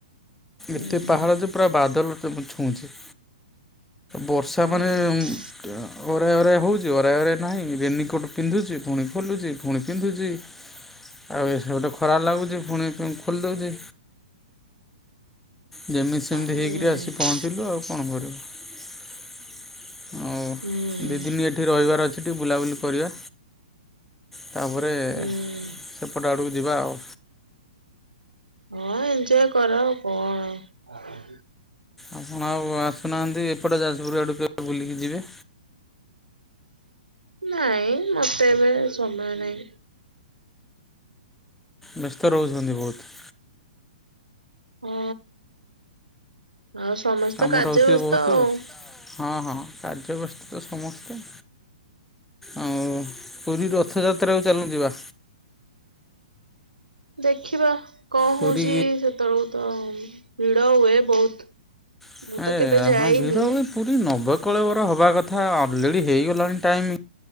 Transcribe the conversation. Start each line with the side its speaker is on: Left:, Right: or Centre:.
Right: ହୁଁ
Centre: ଏତେ ପାହାଡ଼ ଯେ ପୁରା ବାଦଲ ତାକୁ ଛୁଉଁଚି। ବର୍ଷା
Right: ହୁଁ
Centre: ମାନେ ତ ଅରାଏ ହଉଛି ଅରାଏ ଅରାଏ ନାହିଁ, ରେନିକୋଟ୍ ପିନ୍ଧୁଚି ପୁଣି ଖୋଲୁଚି ପୁଣି ପିନ୍ଧୁଚି। ଆଉ ଏସ ଗୁଟେ ଖରା ଲାଗୁଛି ଫୁଣି ଖୋଲି ଦଉଚି। ଯେମିତି ସେମିତି
Right: ହୁଁ
Centre: ହେଇକିରି ଆସିି ପହଞ୍ଚିଲୁ ଆଉ କଣ କରିବୁ। ହଉ
Right: ହୁଁ
Centre: ଦି ଦିନ ଏଠି ରହିବାର ଅଛିି ଟିକେ ବୁଲାବୁଲି କରିବା। ତାପରେ
Right: ହୁଁ।
Centre: ସେପଟ ଆଡ଼କୁ ଯିବା ଆଉ।
Right: ହଁ ଏଞ୍ଜୟ କର ଆଉ କଣ।
Centre: ଆପଣ ଆଉ ଆସୁନାହାନ୍ତି ଏପଟେ ଯାଜପୁର ଆଡ଼କୁ କେବେ ବୁଲିକି ଯିବେ।
Right: ନାଇଁ ମତେ ଏବେ ସମୟ ନାଇଁ।
Centre: ବ୍ୟସ୍ତ ରହୁଛନ୍ତି ବହୁତ।
Right: ହଁ ଆଉ ସମସ୍ତ
Centre: କାମ
Right: କାର୍ଯ୍ୟ
Centre: ରହୁଥିବେ
Right: ବ୍ୟସ୍ତ
Centre: ବହୁତ
Right: ଆଉ।
Centre: ହଁ ହଁ କାର୍ଯ୍ୟ ବ୍ୟସ୍ତ ତ ସମସ୍ତେ। ଆଉ ପୁରୀ ରଥଯାତ୍ରାକୁ ଚାଲନ୍ତୁ ଯିବା।
Right: ଦେଖିବା କଁ
Centre: ପୁରୀ
Right: ହଉଚି ସେତେବେଳକୁ ତ ଭିଡ ହୁଏ ବହୁତ।
Centre: ଏ
Right: ମୁଁ ତ କେବେ ଯାଇନି।
Centre: ହଁ ଭିଡ଼ ହୁଏ ପୁରୀ ନବକଳେବର ହବା କଥା ଅଲରେଡ଼ି ହୋଇଗଲାଣି ଟାଇମ୍।